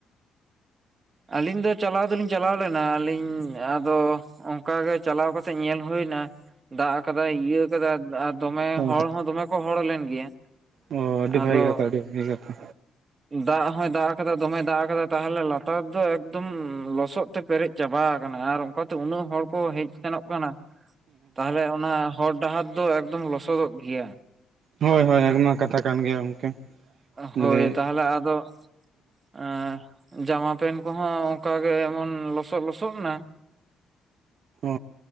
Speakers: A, on the right (about 35°); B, on the right (about 65°).
A: ᱟᱹᱞᱤᱧ ᱫᱚ ᱪᱟᱞᱟᱣ ᱫᱚᱞᱤᱧ ᱪᱟᱞᱟᱣ ᱞᱮᱱᱟ ᱟᱹᱞᱤᱧ ᱟᱫᱚ ᱚᱝᱠᱟ ᱜᱮ ᱪᱟᱞᱟᱣ ᱠᱟᱛᱮᱜ ᱧᱮᱞ ᱦᱩᱭ ᱱᱟ ᱫᱟᱜ ᱟᱠᱟᱫᱟᱭ ᱤᱭᱟᱹ ᱠᱟᱫᱟᱭ ᱟᱨ ᱫᱚᱢᱮ
B: ᱚ
A: ᱦᱚᱲ ᱦᱚᱸ ᱫᱚᱢᱮ ᱠᱚ ᱦᱚᱲ ᱞᱮᱱ ᱜᱮᱭᱟ
B: ᱚ ᱟᱹᱰᱤ
A: ᱟᱫᱚ
B: ᱵᱷᱟᱹᱜᱤ ᱠᱟᱛᱷᱟ ᱟᱹᱰᱤ ᱵᱷᱟᱹᱜᱤ ᱠᱟᱛᱷᱟ
A: ᱫᱟᱜ ᱦᱚᱸᱭ ᱫᱟᱜ ᱠᱟᱫᱟ ᱫᱚᱢᱮ ᱫᱟᱜ ᱠᱟᱫᱟ ᱛᱟᱦᱚᱞᱮ ᱞᱟᱛᱟᱨ ᱛᱟᱨ ᱫᱚ ᱮᱠᱫᱚᱢ ᱞᱚᱥᱚᱫ ᱛᱮ ᱯᱮᱨᱮᱡ ᱪᱟᱵᱟ ᱟᱠᱟᱱᱟ ᱟᱨ ᱚᱱᱠᱟᱛᱮ ᱩᱱᱟᱹᱜ ᱦᱚᱲ ᱠᱚ ᱦᱮᱡ ᱥᱮᱱᱚᱜ ᱠᱟᱱᱟ ᱛᱟᱦᱚᱞᱮ ᱚᱱᱟ ᱦᱚᱨ ᱰᱟᱦᱟᱨ ᱫᱚ ᱮᱠᱫᱚᱢ ᱞᱚᱥᱚᱫᱚᱜ ᱜᱮᱭᱟ
B: ᱦᱳᱭ ᱦᱳᱭ ᱟᱭᱢᱟ ᱠᱟᱛᱷᱟ ᱠᱟᱱ ᱜᱮᱭᱟ ᱜᱚᱝᱠᱮ ᱞᱟᱹᱭ
A: ᱦᱳᱭ ᱛᱟᱦᱚᱞᱮ ᱟᱫᱚ ᱮ ᱡᱟᱢᱟ ᱯᱮᱱ ᱠᱚᱦᱚᱸ ᱚᱝᱠᱟᱜᱮ ᱮᱢᱚᱱ ᱞᱚᱥᱚᱫ ᱞᱚᱥᱚᱫ ᱱᱟ
B: ᱚᱻ